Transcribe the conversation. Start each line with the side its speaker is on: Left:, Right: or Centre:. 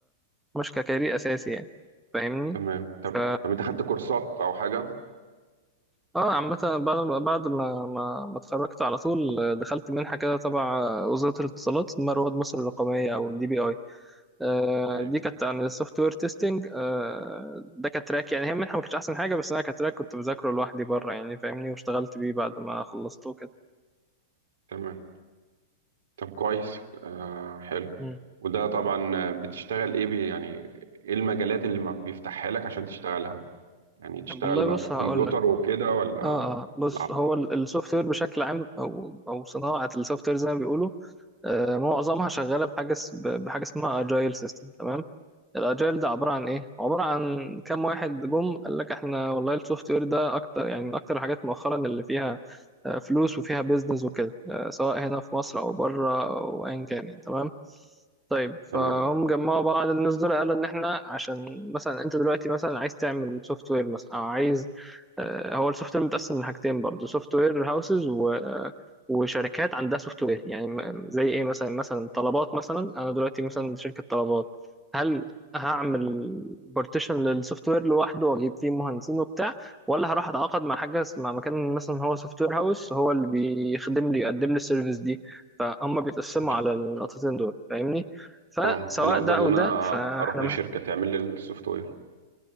Centre: مش ككارير اساسي يعني فاهمني
Right: تمام طب
Centre: ف...
Right: طب انت خدت كورسات او حاجة
Centre: اه عامة بعد بعد ما ما ما اتخرجت على طول آه، دخلت منحة كده تبع وزارة الاتصالات اسمها رواد مصر الرقمية أو الدي بي أي آه
Right: ايه
Centre: دي كانت عن السوفت وير تيستنج آه ده كتراك يعني هي منحة ما كانتش أحسن حاجة بس أنا كتراك كنت بذاكره لوحدي بره يعني فاهمني واشتغلت بيه بعد ما خلصته كده
Right: تمام طب كويس آه حلو
Centre: مم.
Right: وده طبعا بتشتغل ايه بي- يعني ايه المجالات اللي ما بيفتحها لك عشان تشتغلها يعني تشتغل
Centre: والله
Right: بقى
Centre: بص
Right: في الكمبيوتر
Centre: هقول لك
Right: وكده ولا
Centre: اه اه بص
Right: في العربية
Centre: هو السوفت وير بشكل عام او او صناعه السوفت وير زي ما بيقولوا آه، معظمها شغاله بحاجه اس- ب- بحاجه اسمها اجايل سيستم تمام الاجايل ده عباره عن ايه عباره عن كام واحد جم قال لك احنا والله السوفت وير ده اكتر يعني من اكتر الحاجات مؤخرا اللي فيها آه، فلوس وفيها بيزنس وكده آه، سواء هنا في مصر او بره او ايا كان يعني تمام طيب
Right: تمام
Centre: فهم جمعوا بعض الناس دول قالوا ان احنا عشان مثلا انت دلوقتي مثلا عايز تعمل سوفت وير مثلا او عايز آه، هو السوفت وير متقسم من حاجتين برضه سوفت وير هاوسز و آه، وشركات عندها سوفت وير يعني م- زي ايه مثلا مثلا طلبات مثلا انا دلوقتي مثلا شركة طلبات هل هعمل بارتيشن للسوفت وير لوحده واجيب فيه مهندسين وبتاع ولا هروح اتعاقد مع حاجه مع مكان مثلا هو سوفت وير هاوس هو اللي بيخدم لي يقدم لي السيرفيس دي فهم بيتقسموا
Right: أكيد
Centre: على النقطتين دول فاهمني فسواء
Right: اه الأفضل
Centre: ده او
Right: إن
Centre: ده
Right: أنا
Centre: فاحنا
Right: أروح لشركة
Centre: محتاج
Right: تعمل لي السوفت وير